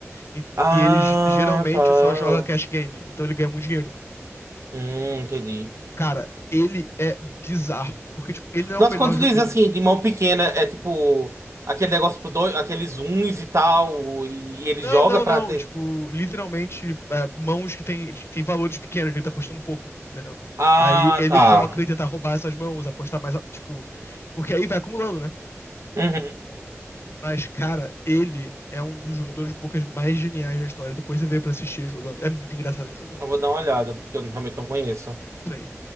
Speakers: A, on the left; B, on the right.
A: E,
B: Ah,
A: e ele ge- geralmente
B: tá.
A: só joga cash game, então ele ganha muito dinheiro.
B: Hum, entendi.
A: Cara, ele é bizarro, porque tipo, ele não é
B: Nossa,
A: o melhor
B: quando tu
A: jogador
B: diz assim,
A: do mundo.
B: de mão pequena, é tipo aquele negócio pros dois, aqueles uns e tal, e, ele
A: Não,
B: joga
A: não,
B: pra
A: não.
B: ter.
A: Tipo, literalmente, é, mãos que tem, tem valores pequenos, ele tá apostando pouco, entendeu?
B: Ah,
A: Aí ele
B: tá.
A: foca em tentar roubar essas mãos, apostar mais, a- tipo, porque aí vai acumulando, né?
B: Uhum.
A: Mas, cara, ele é um dos jogadores de poucas mais geniais da história. Depois você vê pra assistir ele jogando. É muito engraçado ele jogando.
B: Eu vou dar uma olhada, porque eu realmente não conheço.
A: Sim.